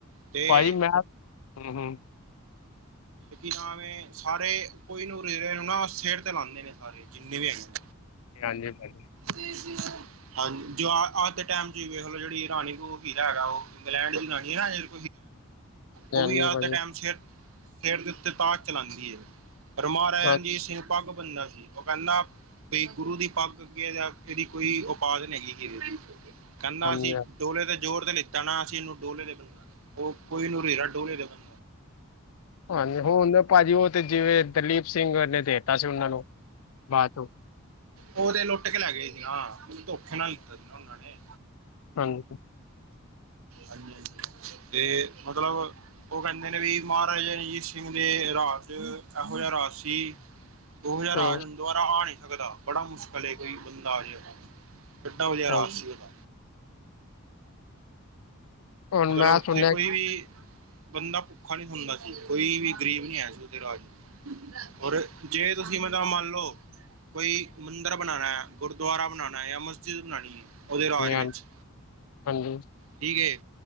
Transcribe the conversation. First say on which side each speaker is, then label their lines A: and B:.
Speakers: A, on the right; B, on the left.
A: ਤੇ
B: ਭਾਈ ਮੈਂ ਹਾਂ- ਹਮ- ਹਮ <inaudible>
A: ਕੀ ਨਾਵੇਂ ਸਾਰੇ ਕੋਈ ਨੂੰ ਕੋ ਜਿਹੜੇ ਨਾ ਸਿਰ ਤੇ ਲਾਂਦੇ ਨੇ ਸਾਰੇ ਜਿੰਨੇ ਵੀ ਹੈਗੇ।
B: ਕੇ ਹਾਲ ਏ ਭਾਈ।
A: ਜੀ ਜੀ ਹਾਂਜੀ ਜੋ ਅੱਜ ਦੇ ਟਾਈਮ ਚ ਵੇਖਲੋ ਜਿਹੜੀ ਰਾਣੀ ਹੀਰਾ ਹੈਗਾ ਉਹ ਇੰਗਲੈਂਡ ਦੀ ਰਾਣੀ ਹੈ ਨੀ ਉਹ
B: ਹਾਂਜੀ
A: ਵੀ ਅੱਜ
B: ਭਾਜੀ
A: ਦੇ ਟਾਈਮ ਸ ਸਰ ਦੇ ਉੱਤੇ ਤਾਕ ਚਲਾਉਂਦੀ ਪਰ ਮਹਾਰਾਜ
B: ਹਾਂ-
A: ਰਣਜੀਤ ਸਿੰਘ ਪੱਗ ਬਣਦਾ ਸੀ ਉਹ ਕਹਿੰਦਾ ਵੀ ਗੁਰੂ ਦੀ ਪੱਗ ਅੱਗੇ ਜਾਕੇਇਹਦੀ ਕੋਈ ਉਪਾ ਨਹੀਂੀ ਹੈਗੀ ਹੀ ਇਹਦੀ ਕਹਿੰਦਾ
B: ਹਾਂਜੀ
A: ਅ ਸੀ ਡੋਲੇ ਤੇ ਜੋੋਰ ਤੇ ਲਿੱਤਾ ਨਾ ਅਸੀਂ ਇਹਨੂੰ ਡੋਲੇ ਦੇ ਬੰਨ ਲਾ ਗੇ। ਉਹ ਕੋਈ ਨੂੰ ਦੇਗਾ ਡੋਲੇ ਤੇ ਬੰਨ
B: ਹਾਂਜੀ ਹੁਣ ਭਾਜੀ ਉਹ ਤੇ ਜਿਵੇਂ ਦਲੀਪ ਸਿੰਘ ਨੇ ਦੇਤਾ ਸੀ ਉਹਨਾਂ ਨੂੰ ਬਾਅਚ
A: ਉਹਦੇ ਲੁੱਟ ਕੇ ਲੈ ਗਏ ਸੀ। ਹਾਂ ਉਹਨ ਧੋਖੇ ਨਾਲ ਦਿੱਤੇ ਸੀ ਨਾ ਉਹਨਾਂ ਨੇ।
B: ਹਾਂਜੀ
A: ਹਾਂਜੀ ਹਾਂਜੀ ਤੇ, ਮਤਲਬ ਉਹ ਕਹਿੰਦੇ ਨੇ ਵੀ, ਮਹਾਰਾਜਾ ਰਣਜੀਤ ਸਿੰਘ ਦੇ, ਰਾਜ ਚ, ਇਹੋ ਜਿਹਾ ਰਾਜ ਸੀ ਉਹੋ ਜਿਹਾ, ਰਾਜ
B: ਹੂੰ
A: ਹੁਨ ਦੁਬਾਰਾ ਆ ਨੀ ਸਕਦਾ, ਬੜਾ ਮੁਸ਼ਕਿਲ, ਕੋਈ ਬੰਦਾ ਆ ਜੇ ਏਡਾ ਵਧਿਆ,
B: ਹੂੰ,
A: ਰਾਜ ਸੀ, ੳਦਾ
B: ਹੁਣ
A: ਮਤਲਬ,
B: ਮੈਂ
A: ਉੱਥੇ
B: ਸੁਣਿਆ
A: ਕੋਈ ਵੀ ਬੰਦਾ ਭੁੱਖਾ ਨੀ ਸੋਦਾ ਸੀ, ਕੋਈ ਵੀ ਗਰੀਬ ਨੀ ਹੈ, ਉਹਦੇ ਰਾਜ ਹੋਰ, ਜੇ ਤੁਸੀਂ ਮਤਾਂ, ਮੰਨ ਲਓ ਕੋਈ ਮੰਦਰ ਬਣਾਉਣਾ, ਗੁਰਦੁਆਰਾ ਬਣਾਉਣਾ ਹੈ ਜਾਂ ਮਸਜਿਦ ਬਣਾਉਣੀ ਹੈ ਉਹਦੇ ਰਾਜ
B: ਹਾਂਜੀ
A: ਵਿੱਚ,
B: ਹਾਂਜੀ
A: ਠੀਕ ਏ